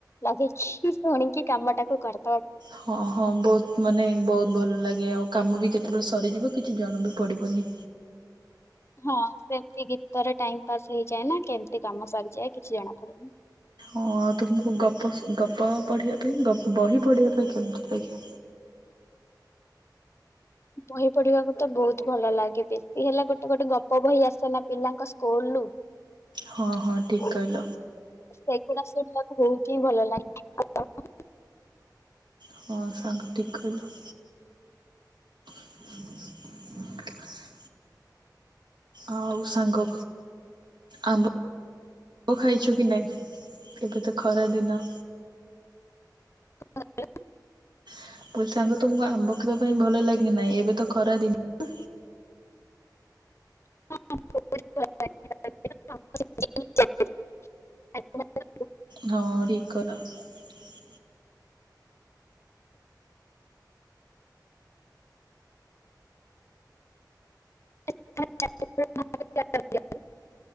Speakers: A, on the left (about 35°); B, on the right (about 80°).
A: ଲଗେଇକି ଶୁଣିକି କାମ ଟାକୁ କରେ
B: ହଁ ହଁ ବହୁତ ମାନେ ବହୁତ ଭଲ ଲାଗେ ଆଉ କାମ ବି କେତେବେଳେ ସରିଯିବ କିଛି ଜଣା ବି ପଡ଼ିବନି।
A: ହଁ ସେମତି ଗୀତରେ ଟାଇମ ପାସ୍ ହେଇଯାଏ ନାଁ କେମତି କାମ ସରିଯାଏ କିଛି ଜଣା ପଡନି।
B: ହଁ ଆଉ ତୁମକୁ ଗପ ଗପ ପଢ଼ିବା ପାଇଁ ବହି ପଢ଼ିବା ପାଇଁ କେମିତି ଲାଗେ?
A: ବହି ପଢିବାକୁ ତ ବହୁତ ଭଲ ଲାଗେ ବେଶୀ ହେଲା ଗୋଟେ ଗୋଟେ ଗପ ବହି ଆସେନା ପିଲାଙ୍କ ସ୍କୁଲରୁୁ
B: ହଁ ହଁ ଠିକ୍
A: <unintelligible>
B: କହିଲ
A: ସେଗୁଡା ଶୁଣିବାକୁ ବହୁତ ହିଁ ଭଲ ଲାଗେ। <unintelligible>
B: ହଁ ସାଙ୍ଗ ଠିକି କହିଲ। <inaudible> ଆଉ ସାଙ୍ଗ ଆମ୍ବ ଆମ୍ବ ଖାଇଛ କି ନାଇଁ ଏବେ ତ ଖରା ଦିନ
A: <inaudible>
B: <inaudible> ସାଙ୍ଗ ତୁମକୁ ଆମ୍ବ ଖାଇବାକୁ ଭଲ ଲଗେକି ନାଁ ନାହିଁ ଏଵେ ତ ଖରା ଦିନ ନାଁ
A: ହଁ <inaudible>
B: ହଁ ଠିକି। <unintelligible>
A: <unintelligible>